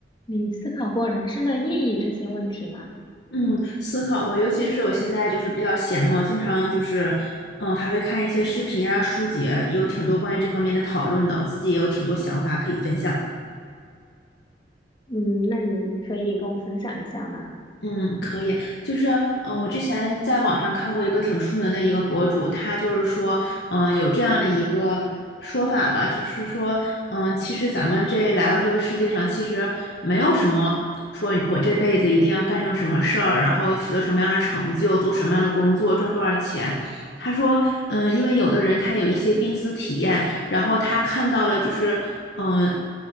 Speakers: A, on the left; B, on the left.
A: 你思考过人生的意义这些问题吗？
B: 嗯，思考过，尤其是我现在就是比较闲嘛，我经常就是，嗯，还会看一些视频啊、书籍啊有挺多关于这方面的讨论的，我自己也有挺多想法可以分享的。
A: 嗯，那你可以跟我分享一下吗？
B: 嗯，可以，就是，嗯、我之前在网上看过一个挺出名的一个博主，他就是说，嗯、有这样的一个说法吧，就是说，嗯、其实咱们这来到这个世界上，其实没有什么说我这辈子一定要干成什么事儿，然后取得什么样的成就，做什么样的工作，赚多少钱。他说，嗯，因为有的人他有一些濒死体验，然后他看到了就是嗯、呃